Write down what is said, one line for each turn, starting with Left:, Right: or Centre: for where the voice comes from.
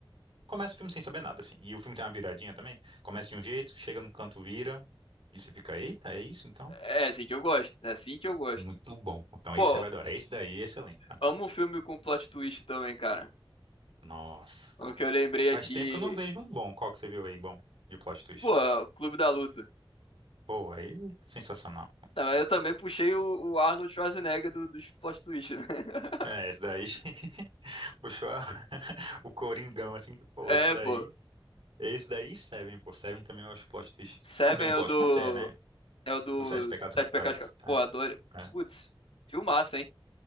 Right: começa o filme sem saber nada, assim. E o filme tem uma viradinha também. Começa de um jeito, chega no canto, vira. E você fica, eita, é isso então?
Left: É assim que eu gosto. É assim que eu gosto.
Right: Muito bom. Então
Left: Pô,
Right: esse você vai adorar. Esse daí é excelente, cara.
Left: amo filme com plot twist também, cara.
Right: Nossa.
Left: O que eu lembrei aqui.
Right: Faz tempo que eu não vejo um bom. Qual que você viu aí, bom, de plot twist?
Left: Pô, Clube da Luta.
Right: Pô, aí, sensacional.
Left: Tá, mas eu também puxei o, o Arnold Schwarzenegger do, dos plot twist, né? <laughs>
Right: É, esse daí <laughs> puxou a- <laughs> o Coringão, assim, que, pô,
Left: É,
Right: esse daí,
Left: pô.
Right: esse daí e Seven, pô, Seven também eu acho plot twist.
Left: Seven
Right: Não É bem um
Left: é
Right: plot,
Left: o do.
Right: mas é, né?
Left: É o do
Right: Os Sete Pecados Capitais.
Left: Sete Pecados. Cap- Pô, adorei.
Right: É, é.
Left: Putz, filmaço, hein?